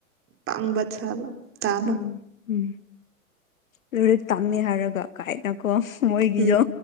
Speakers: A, on the right (about 30°); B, on the left (about 65°).
A: ꯄꯥꯡꯕ ꯁꯥꯕ ꯇꯥꯕ
B: ꯎꯝ ꯎꯝ ꯂꯨꯏꯔꯤꯛ ꯇꯝꯅꯤ ꯍꯥꯏꯔꯒ ꯀꯥꯏꯗꯀꯣ ꯃꯣꯏꯒꯤꯌꯣ
A: ꯎꯝ